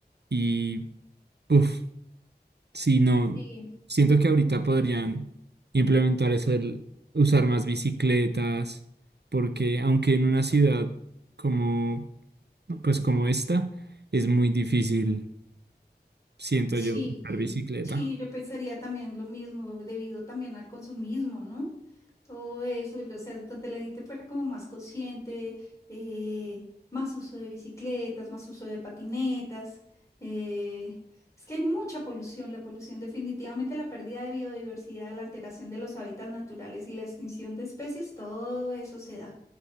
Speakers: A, on the right (about 75°); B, on the left (about 20°).
A: y... Uf, Sí, no,
B: Sí.
A: siento que ahorita podrían implementar eso, el usar más bicicletas, porque aunque en una ciudad como, pues como esta, es muy difícil, siento
B: Sí,
A: yo, usar bicicleta.
B: sí, yo pensaría también lo mismo, debido también al consumismo, ¿no? Todo eso, o sea, donde la gente fuera como más consciente, eh, más uso de bicicletas, más uso de patinetas. eh, es que hay mucha polución, la polución definitivamente, la pérdida de biodiversidad, la alteración de los hábitats naturales y la extinción de especies, todo eso se da,